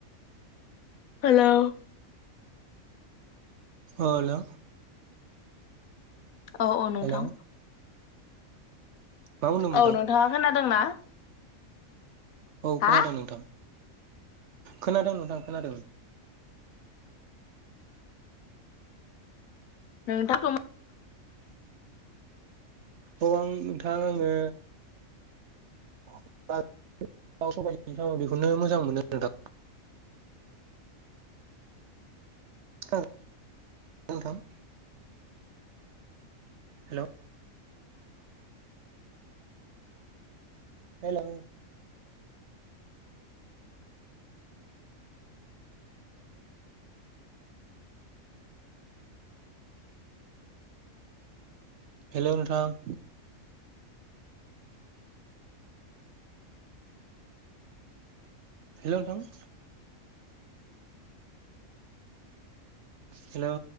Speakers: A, on the left (about 80°); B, on the right (about 65°).
A: हेलौ।
B: औ हेल'।
A: औ औ नोंथां।
B: हेल' मा बुंदों नोंथां
A: औ नोंथाङा खोनादोंना?
B: औ खोनादों
A: हा
B: नोंथां। खोनादों नोंथां खोनादों।
A: नोंथांखौ
B: औ आं नोंथां आङो <unintelligible> आं बेखौनो मोजां मोनो नोंथां। खोनादों नोंथां। हेल'। हेलौ हेलौ नोंथां। हेल' नोंथां। हेलौ